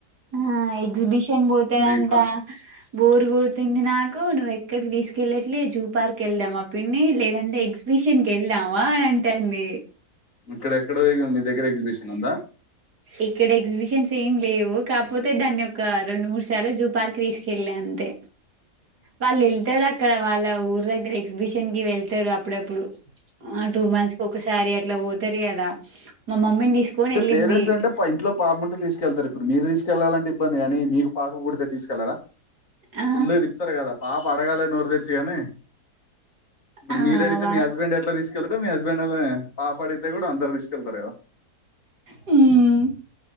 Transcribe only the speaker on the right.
ఆ ఎగ్జిబిషన్ పోతదంట
బోర్ కొడుతుంది నాకు నువవు ఎ ఇక్కడి తీసుకెళ్ళట్లే జూ పార్క్ వేలం వీని లేదంటే ఎగ్జిబిషన్కి వెళ్దావా అ టన్ని
ఇక్కడ ఎగ్జిబిషన్స్ ఏం లేవు కాకపోతే దాన్ని ఒక రెండు మూడు సార్లు చూ పార్క్ తీస్కెళ్ల అంతే వాలలుతే రాకె ఇక్కడ వాళ్ళ ఊరు దగ్గర ఎగ్జిబిషన్ కి వెళ్తారు అప్పుడప్పుడు ఆ టూ మంత్స్ కి ఒకసారి అ లా తెర్యదా మా మమ్మీని తీసుకొని వెళ్ళింది
ఆ
ఆ
వా
హమ్